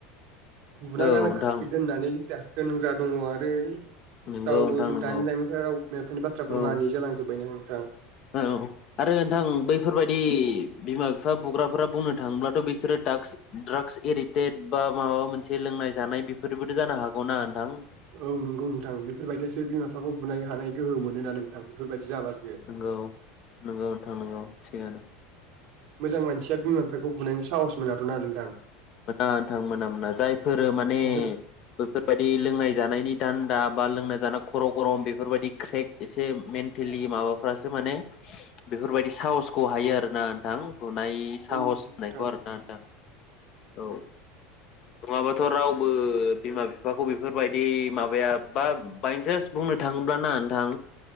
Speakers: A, on the right; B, on the left.
A: बुना
B: नोंथां
A: गालांखागोन <unintelligible> होनग्रा दङ आरो
B: नंगौ
A: रावबो
B: नोंथां
A: मोन
B: नंगौ
A: दानि लाइमोनफोरा राव बिमा बिफानि बाथ्राखौनो
B: औ
A: मानियै जालांजोब्बाय थों
B: औ आरो नोंथां बैफोरबायदि बिमा बिफा बुग्राफोरा बुंनो थाङोब्लाथ' बिसोरो दागस ड्राग्स एडिक्टेड बा माबा मोनसे लोंनाय जानाय बेफोरबोथ' जानो हागौना। नोंथां
A: औ नंगौ नोंथां बेफोरबायदियासो बिमा बिफाखौ बुलायनो हानाय गोहो मो मोना नोंथां बेफोरबायदि जाबासो
B: नोंगौ नंगौ नोंथां नंगौ। थिगानो
A: मोजां मानसिया बिमा बिफाखौ बुनायनि साहस। मोनाथ'ना नोंथां।
B: मोना नोंथां मोना मोना जायफोर माने
A: बेफोर
B: बैफोरबायदि लोंनाय जानायनि दान्दा बा लोंना जाना खर' गरम बेफोरबायदि क्रेक एसे मेन्टेलि माबाफ्रासो माने बेफोरबायदि साहसखौ हायो आरोना नोंथां बुनाय साहस
A: औ नोंथां
B: होननायखौ आरोना नोंथां। औ नङाबाथ' रावबो बिमा बिफाखौ बेफोरबायदि माबाया बा बायसान्स बुंनो थाङोब्ला ना नोंथां